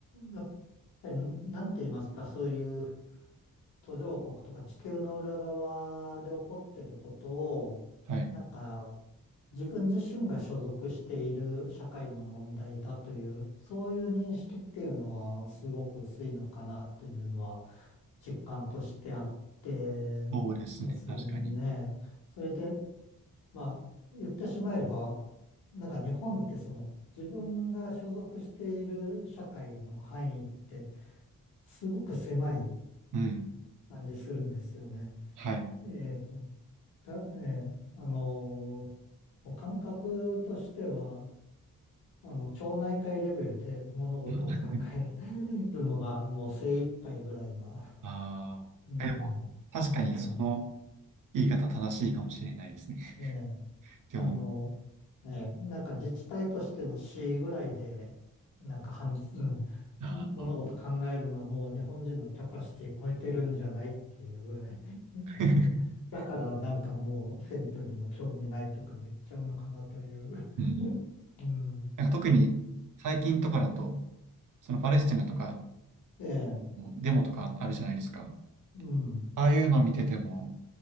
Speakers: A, on the left; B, on the right.
A: やっぱり、なんて言いますか、そういう途上国とか地球の裏側で起こってることを、
B: はい。
A: なんか自分自身が所属している社会の問題だという、そういう認識っていうのはすごく薄いのかなというのは実感としてあってですね。
B: そうですね。確かに。
A: それで、まあ、言ってしまえば、なんか日本ってその自分が所属している社会の範囲ってすごく狭い
B: うん。
A: 感じするんですよね。
B: はい。
A: ええた、えーあのーもう感覚としては、あの、町内会レベルで物事を考え
B: <laughs>
A: るのがもう精一杯ぐらいな、
B: ああ。
A: うん、
B: え、でも確かにその
A: 感じかな。
B: 言い方正しいかもしれないですね。<laughs>
A: ええ
B: って思い
A: あの、ね、なんか自治体としての市ぐらいで、なんかはん、うん、
B: あー
A: 物事考えるのもう日本人のキャパシティ超えてるんじゃないっていうぐらい。<laughs>
B: <laughs>
A: だからなんかもう選挙にも興味ないとか言っちゃうのかなという。
B: うん。
A: うん。
B: なんか特に最近とかだと、そのパレスチナとか
A: ええ、
B: のデモとかあるじゃないですか。
A: うん、
B: ああいうのを見てても、